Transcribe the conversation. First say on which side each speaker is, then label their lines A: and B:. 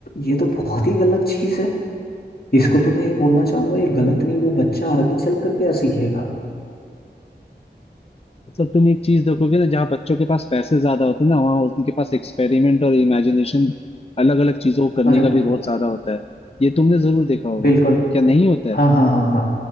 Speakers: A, on the left; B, on the left.
A: ये तो बहुत ही गलत चीज है इसको तो मैं ये बोलना चाहूंगा ये गलत नहीं वो बच्चा आगे चल कर क्या सीखेगा
B: मतलब तुम एक चीज देखोगे ना जहाँ बच्चों के पास पैसे ज्यादा होते हैं ना वहाँ उनके पास एक्सपेरिमेंट और इमेजिनेशन अलग अलग चीजों को करने
A: अरे
B: का
A: ब-
B: भी बहुत ज्यादा होता है ये तुमने जरूर देखा होगा
A: बिल्कुल
B: क्या नहीं होता है
A: हाँ हाँ हाँ हाँ